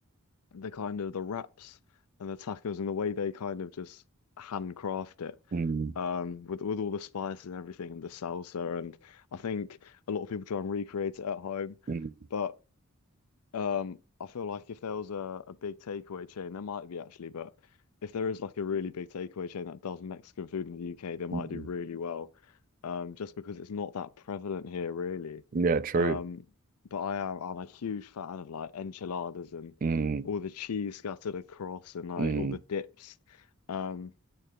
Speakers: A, on the left (about 85°); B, on the right (about 40°).
A: the kind of the wraps and the tacos and the way they kind of just handcraft it,
B: Mm.
A: um, with with all the spices and everything and the salsa. And I think a lot of people try and recreate it at home,
B: Mm,
A: but. Um, I feel like if there was a, a big takeaway chain, there might be actually, but if there is like a really big takeaway chain that does Mexican food in the UK, they might
B: mm. mm.
A: do really well. Um, just because it's not that prevalent here, really.
B: Yeah, true.
A: Um, but I am I'm a huge fan of like enchiladas and
B: Mm,
A: all the cheese scattered across and like
B: mm,
A: all the dips. Um,